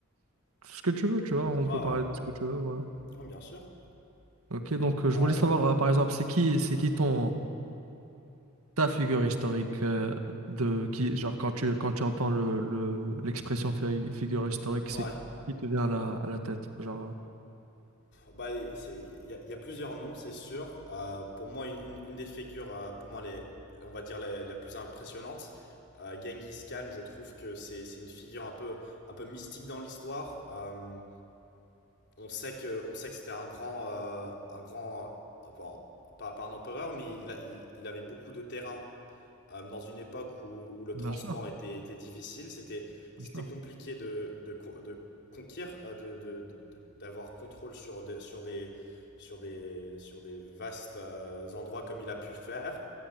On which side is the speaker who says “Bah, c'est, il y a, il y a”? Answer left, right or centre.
Left